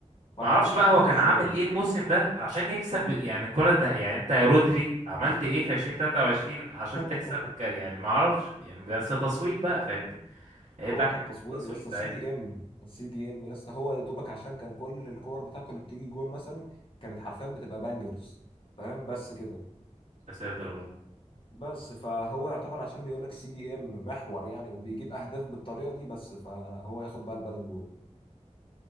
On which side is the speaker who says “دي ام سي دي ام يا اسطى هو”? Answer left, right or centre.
Left